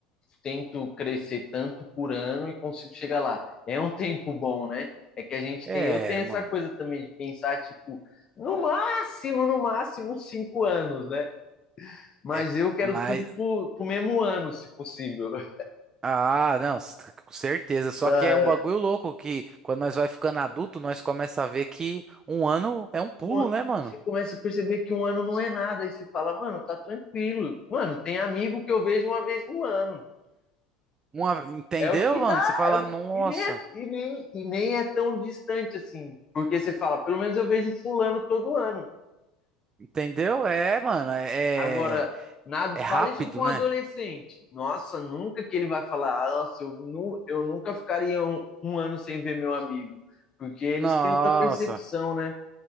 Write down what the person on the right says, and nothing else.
É,
mano.
É,
mas
Ah, não, s- com certeza. Só
que é um bagulho louco que quando nós vai ficando adulto, nós começa a ver que um ano é um pulo,
né, mano?
Uma- entendeu,
mano?
Você fala,
nossa,
entendeu? É, mano, é,
é
é rápido,
né?
Nossa.